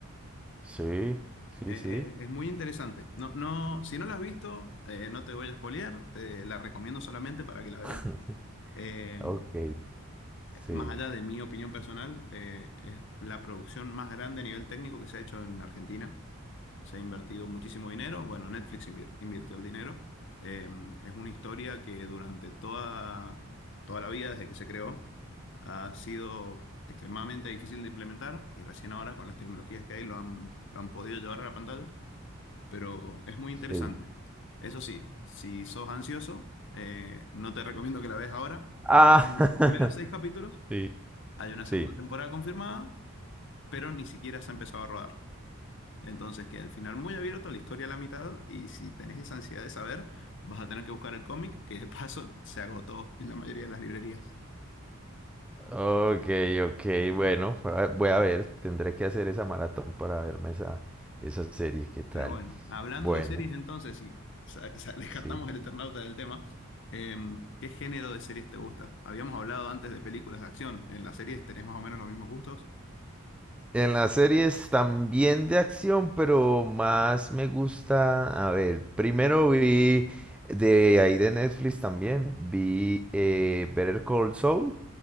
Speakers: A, in the centre; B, on the left (about 55°).
A: sí, sí,
B: Eh,
A: sí.
B: eh, es muy interesante. No, no, si no la has visto, eh, no te voy a spoilear, te la recomiendo solamente para que la veas.
A: <laughs>
B: Eh,
A: Ok, sí,
B: más allá de mi opinión personal, eh, es la producción más grande a nivel técnico que se ha hecho en Argentina. se ha invertido muchísimo dinero. Bueno, Netflix invir- invirtió el dinero. Eh, es una historia que durante toda, toda la vida, desde que se creó, ha sido extremadamente difícil de implementar y recién ahora con las tecnologías que hay lo han, lo han podido llevar a la pantalla, pero es muy
A: sí.
B: interesante. Eso sí, si sos ansioso, eh, no te recomiendo que la veas ahora, porque
A: Ah,
B: en los primeros seis
A: <laughs>
B: capítulos
A: Sí.
B: hay una
A: sí.
B: segunda temporada confirmada, pero ni siquiera se ha empezado a rodar. Entonces, que al final muy abierto, la historia a la mitad, y si tenés esa ansiedad de saber, vas a tener que buscar el cómic, que de paso <laughs> se agotó en la mayoría de las librerías.
A: Ok, ok, bueno, voy a voy a ver, tendré que hacer esa maratón para verme esa, esa serie, ¿qué tal?
B: Pero bueno, hablando
A: Bueno,
B: de series entonces, si sa- sa- <laughs> descartamos
A: sí.
B: el Eternauta del tema, em, ¿qué género de series te gusta? Habíamos hablado antes de películas de acción, ¿en las series tenés más o menos los mismos gustos?
A: En las series también de acción, pero más me gusta. A ver, primero vi de ahí de Netflix también. Vi eh, Better Call Saul.